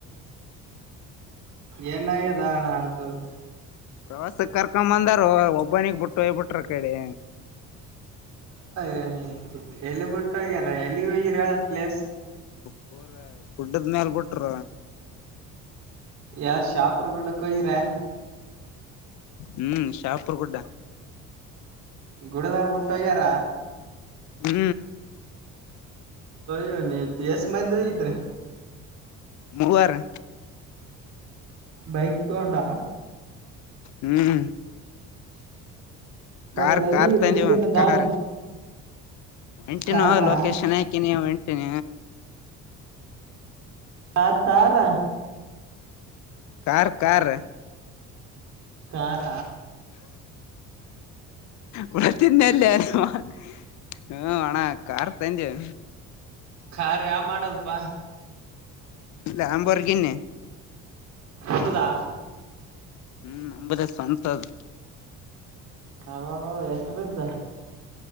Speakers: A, on the left; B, on the right.
A: <inaudible>
B: ಏನ್ಯ್ಯದಣ್ಣ ಅಂತದು
A: ಪ್ರವಾಸಕ್ ಕರ್ಕೊ ಬಂದಾರ ಒಬ್ಬನಿಗ್ ಬಿಟ್ಟು ಹಯ್ಬಿಟ್ರ ಆಕಡೆ
B: ಏನ ಎಲ್ಲಿ ಬಿಟ್ಟು ಹೋಗ್ಯಾರ ಎಲ್ಲಿ ಹೋಗಿರ ಎಳ ಪ್ಲೇಸ್
A: ಪೂರ ಬುಡ್ಡದ ಮೇಲ್ ಬಿಟ್ರ
B: ಯಾರ್ ಶಾಪುರ್ ಗುಡ್ಡಕ್ಕೆ ಹೋಗಿರೇನು
A: ಹ್ಮ್ ಶಾಪುರ್ ಗುಡ್ಡ
B: ಗುಡದಾಗ ಬಿುಟ್ಟ್ಯಾರ
A: ಹ್ಮ್
B: ಯವನತಿ ಎಷ್ಟ ಮಂದ ಹಗಿದ್ರೆ
A: ಮೂವರು
B: ಬೈಕ್ ತಗೊಂಡಾ
A: ಹ್ಮ್ ಕಾರ್
B: ಮತ್ತೆ ಹೆಂಗಿ
A: ಕಾರ್ ತಂಧಿವಿ
B: ಮುಂದಿನ
A: ಅನ್ನು
B: ದಾರಿ
A: ಕಾರ ಎಂಟಿನ
B: ಕಾರಾ
A: ಲೊಕೇಶನ್ ಹಾಕಿ ನೀ ಎಂಟಿನ
B: ಆತ್ತಾರ
A: ಕಾರ್ ಕಾರ್
B: ಕಾರ
A: ಉಳ ತಿನ್ನಲ್ಲ ಅ <unintelligible> ಹ್ಮ ಅಣ ಕಾರ್ ತಂದ್ಯಾ
B: ಖಾರ್ ಯಾವ ಮಾಡಲ್ಪಾ
A: ಲಂಬೊರ್ಗಿನಿ
B: ತಮ್ಮದಾ
A: ಹ್ಮ್ ನಮದೇ ಸ್ವಂತ ಅದು
B: ಅವ ಎಷ್ಟು ಬಿದ್ದ